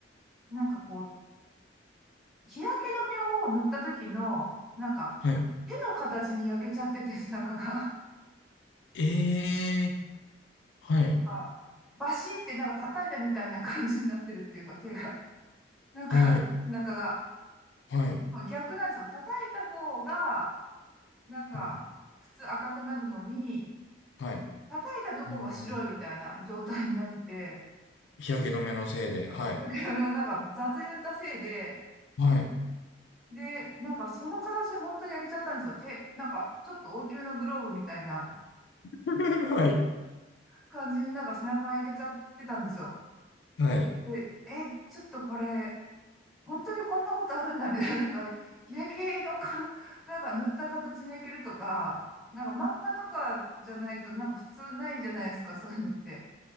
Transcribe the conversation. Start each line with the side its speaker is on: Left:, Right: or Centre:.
Centre: なんかこう、日焼け止めを塗った時の、なんか、
Left: はい。
Centre: 手の形に焼けちゃってて、中が、
Left: ええー、はい、
Centre: あバシってなんか叩いたみたいな感じになってるっていうか、手が、なんか、
Left: はい、
Centre: 背中が。
Left: はい、
Centre: でも逆なんですよ。叩いた方が、なんか、
Left: うん
Centre: 普通赤くなるのに、
Left: はい。
Centre: 叩いたとこが白いみたいな状態になってて、
Left: うん日焼け止めのせいで、はい、
Centre: 日焼け止めをなんか雑に塗ったせいで、
Left: はい、
Centre: で、なんかその形本当に焼けちゃったんですよ。手、なんかちょっと大きめのグローブみたいな
Left: <laughs> はい、
Centre: 感じになんか背中が焼けちゃってたんですよ。
Left: はい。
Centre: で、え、ちょっとこれ、本当にこんなことあるんだみたいな、<laughs> なんか日焼けのか、なんか塗った形に焼けるとか、なんか漫画とかじゃないとなんか普通ないじゃないですか、そういうのって。